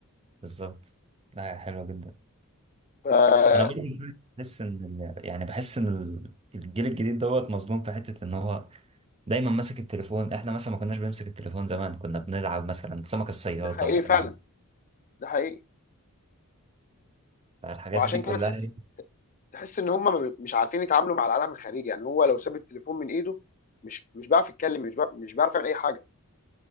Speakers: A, on the right; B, on the left.
A: بالظبط لا يا حلوة جدا
B: ف
A: انا برضه بحس ان ال- يعني بحس ان ال- الجيل الجديد دوت مظلوم في حتة ان هو دايما ماسك التليفون احنا مثلا ما كناش بنمسك التليفون زمان كنا بنلعب مثلا سمك الصيادة
B: ده حقيقي فعلا
A: الم-
B: ده حقيقي
A: الحاجات
B: وعشان
A: دي كلها
B: كده تحس تحس ان هم م- مش عارفين يتعاملوا مع العالم الخارجي يعني هو لو ساب التليفون من ايده مش مش بيعرف يتكلم مش بيعرف مش بيعرف يعمل اي حاجه